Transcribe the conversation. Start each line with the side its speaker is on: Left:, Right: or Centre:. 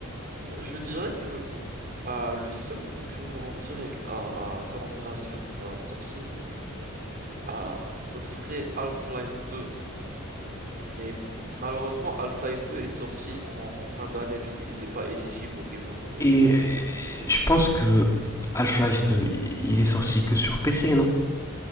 Right: euh, je dirais que euh, le seul concurrent direct à, à San Andreas durant sa sortie, euh, ça serait Half-Life deux. Mais malheureusement, Half-Life 2 est sorti en, en fin d'année, du coup il n'était pas éligible au Game, of- au
Left: Et
Right: Game of
Left: euh,
Right: the Year.
Left: je pense que Half-Life 2, il est sorti que sur PC, non